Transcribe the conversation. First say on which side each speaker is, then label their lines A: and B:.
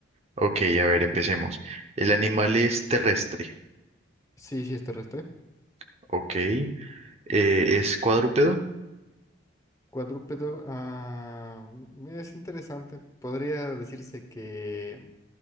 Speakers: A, on the right; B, on the left.
A: Ok, a ver, empecemos. El animal es terrestre,
B: Sí, sí, es terrestre.
A: ok, Eh, es cuadrúpedo,
B: Cuadrúpedo, ah, es interesante. Podría decirse que,